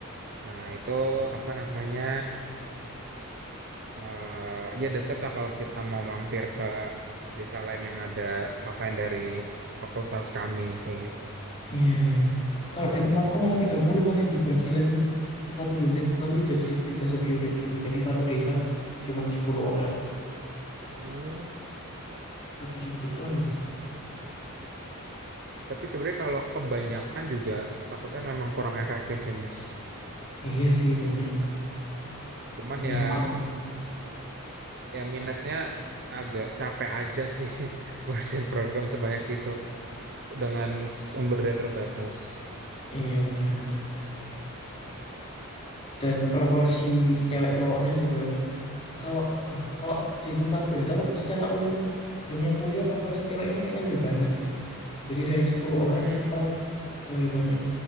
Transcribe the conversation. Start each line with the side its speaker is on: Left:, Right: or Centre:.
Right: Nah, itu apa namanya? eh ya deket lah kalau kita mau mampir ke desa lain yang ada KKN dari fakultas kami kayak gitu.
Left: Iya, iya. Kalau di tempatku malah 30 masih dibagi lagi satu unit, nanti jadi si- tiga sub unit gitu. Jadi satu desa cuman 10 orang.
Right: Oh.
Left: Lebih dikit lagi.
Right: Tapi sebenarnya kalau kebanyakan juga takutnya memang kurang efektif sih, Mas. Memang.
Left: Iya sih, bener.
Right: Cuman
Left: Numpang.
Right: ya ya minusnya agak capek aja sih <laughs> ngurusin program sebanyak itu dengan sumber daya terbatas.
Left: Iya, bener-bener. Dan proporsi cewek cowoknya juga kalau eh, kalau di tempatku ya tahu secara umum dunia kuliah proporsi ceweknya kayaknya lebih banyak deh jadi dari sepuluh orang
Right: Hmm,
Left: itu paling lebih banyak